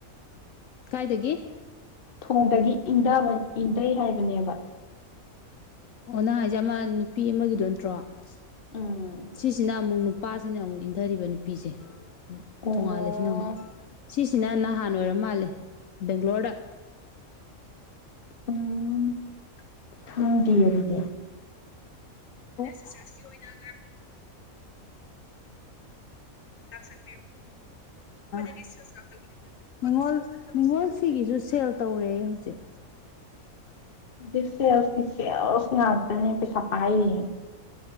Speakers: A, on the left (about 70°); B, on the left (about 45°).
A: ꯑꯗꯨꯗꯒꯤ
B: ꯊꯣꯡꯗꯒꯤ ꯏꯟꯊꯕ ꯏꯟꯊꯩ ꯍꯥꯏꯕꯅꯦꯕ
A: ꯑꯣ ꯅꯍ ꯍꯥꯏꯁꯦ ꯑꯃ ꯅꯨꯄꯤ ꯑꯃꯒꯤꯗꯣ ꯅꯠꯇ꯭ꯔꯣ ꯑꯁ
B: ꯎꯝ
A: ꯁꯤꯁꯤꯅ ꯑꯃꯨꯛ ꯅꯨꯄꯥꯁꯤꯅ ꯑꯃꯨꯛ ꯏꯟꯊꯔꯤꯕ ꯅꯨꯄꯤꯁꯦ
B: ꯑꯣ
A: ꯇꯣꯡꯉꯥꯜꯂꯤꯁꯤꯅꯛ ꯁꯤꯁꯤꯅ ꯅꯍꯥꯟ ꯑꯣꯏꯔ ꯃꯥꯜꯂꯦ ꯕꯦꯡꯒ꯭ꯂꯣꯔꯗ
B: ꯎꯝ
A: ꯉꯁꯤꯉꯣ꯭ꯂ <unintelligible> <inaudible>
B: ꯈꯪꯗꯤꯌꯦ ꯑꯗꯨꯗꯤ
A: ꯁꯔꯁ ꯇꯧꯕꯅ ꯊꯒꯦ <unintelligible> <inaudible> ꯅꯤꯉꯣꯜ ꯅꯤꯉꯣꯜ ꯐꯤꯒꯤꯁꯨ ꯁꯦꯜ ꯇꯧꯔꯦ ꯍꯧꯖꯤꯛ
B: ꯖꯤꯁꯅ ꯑꯗꯅꯤ ꯄꯁꯄꯥꯏ